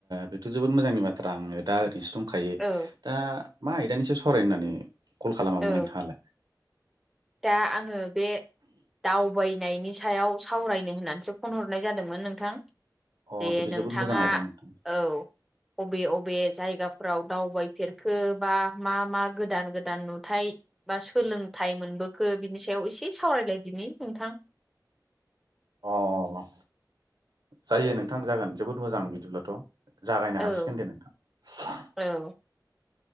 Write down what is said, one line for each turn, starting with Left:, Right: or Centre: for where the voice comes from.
Right: बेथ' जोबोद मोजांनि बाथ्रा आङो दा ओरैनोसो दंखायो।
Centre: औ
Right: दा मा आयदानिसो सराय होननानै कल खालामामोन
Centre: औ
Right: नोंथाङालाय
Centre: दा आङो बे दावबायनायनि सायाव सावरायनो होननानैसो फन हरनाय जादोंमोन नोंथां
Right: अ
Centre: दे
Right: बेथ' जोबोद
Centre: नोंथाङा
Right: मोजां आयदा नोंथां
Centre: औ। अबे बबे जायगाफोराव दावबायफेरखो बा मा मा गोदान गोदान नुथाय बा सोलोंथाइ मोनबोखो बिनि सायाव एसे सावरायलाय बिनि नोंथां।
Right: अ जायो नोंथां जागोन जोबोद मोजां बिदिब्लाथ'। जागायनो
Centre: औ
Right: हासिगोन दे नोंथां।
Centre: औ।